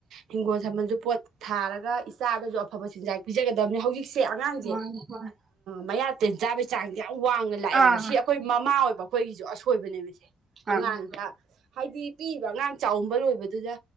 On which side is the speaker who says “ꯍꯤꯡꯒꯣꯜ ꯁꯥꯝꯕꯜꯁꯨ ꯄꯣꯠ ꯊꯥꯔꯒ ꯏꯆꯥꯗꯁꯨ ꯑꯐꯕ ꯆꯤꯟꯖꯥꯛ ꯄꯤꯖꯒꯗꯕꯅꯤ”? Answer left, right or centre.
Right